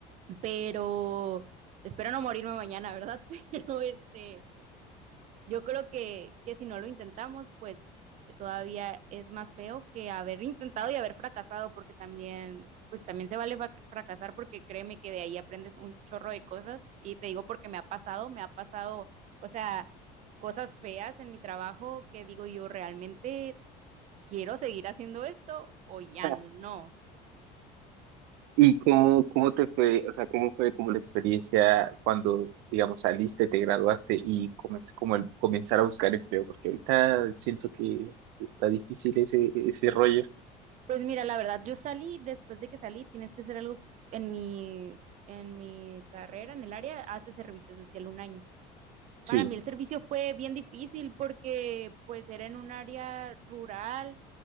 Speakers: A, on the right; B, on the right.
A: pero espero no morirme mañana, ¿verdad? <laughs> Pero este... Yo creo que, que si no lo intentamos, pues eh, todavía es más feo que haber <laughs> intentado y haber fracasado, porque también, pues también se vale frac- fracasar, porque créeme que de ahí aprendes un chorro de cosas. Y te digo porque me ha pasado, me ha pasado, o sea, cosas feas en mi trabajo que digo yo realmente quiero seguir haciendo esto o ya
B: <laughs>
A: no.
B: ¿Y cómo, cómo te fue, o sea, cómo fue como la experiencia cuando, digamos, saliste, te graduaste y comenz- como el, comenzar a buscar empleo? Porque ahorita siento que está difícil ese, ese rollo.
A: Pues mira, la verdad, yo salí, después de que salí, tienes que hacer algo en mi, en mi carrera, en el área, hace servicio social un año.
B: Sí,
A: Para mí el servicio fue bien difícil porque pues era en un área rural,